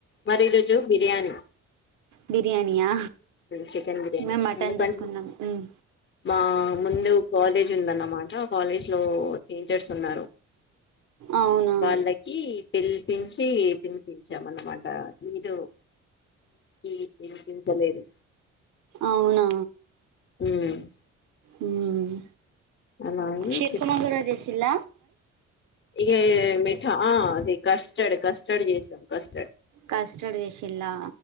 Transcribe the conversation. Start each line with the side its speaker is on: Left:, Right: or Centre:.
Left: మరి ఈ రోజు బిర్యానీ
Right: బిర్యానియా
Left: చికెన్ బిర్యానీ
Right: మేము మటన్
Left: ఎందుకంటే
Right: చేసుకున్నాం మ్
Left: మా ముందు కాలేజ్ ఉందన్నమాట ఆ కాలేజ్ లో టీచర్స్ ఉన్నారు
Right: అవునా
Left: వాళ్ళకి పిల్ పిల్చి తినిపించాం అన్నమాట ఈదో ఈద్ తినిపించలేదు
Right: అవునా
Left: మ్
Right: మ్
Left: అలాగే
Right: శర్కుమకమ కూడా చేసిల్ల
Left: ఇగ మిఠా ఆ అది కస్టర్డ్ కస్టర్డ్ చేసాం కస్టర్డ్
Right: కస్టర్డ్ చేషిలా